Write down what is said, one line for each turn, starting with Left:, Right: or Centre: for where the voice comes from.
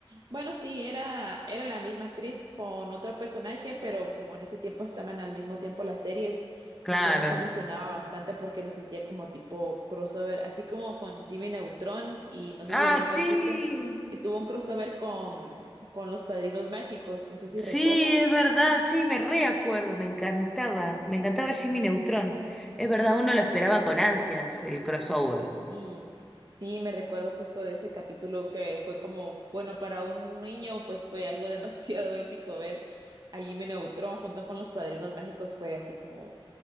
Right: Bueno, sí, era, era la misma actriz con otro personaje, pero como en ese tiempo estaban al mismo tiempo las series,
Centre: Claro.
Right: pues uno se emocionaba bastante porque lo sentía como tipo crossover, así como con Jimmy Neutron y no sé
Centre: Ah,
Right: si alguna
Centre: sí.
Right: vez viste que tuvo un crossover con, con Los Padrinos Mágicos, no sé si
Centre: Sí,
Right: recuerdas.
Centre: es verdad, sí, me reacuerdo, me encantaba, me encantaba Jimmy Neutron. Es verdad, uno lo esperaba con ansias, el crossover.
Right: Sí, sí, me recuerdo justo de ese capítulo que fue como, bueno, para un niño pues fue algo <laughs> demasiado épico ver a Jimmy Neutron junto con Los Padrinos Mágicos, fue así como...